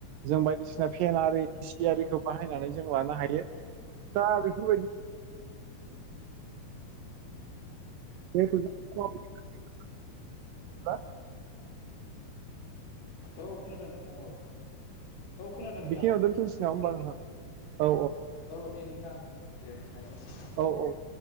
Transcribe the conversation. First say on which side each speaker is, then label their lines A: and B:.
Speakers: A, on the right; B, on the left.
A: जों बायदिसिना फेन आरि ए सि आरिखौ बाहायनानै जों लानो हायो। दा बेफोरबायदि <unintelligible> हा
B: औ खोनादों नोंथां औ औ खोनादों नोंथां
A: बेखिनियाव दोंथनोसै नामा होम्बा नोंथां औ
B: औ दे नोंथां दे नोंथां
A: औ औ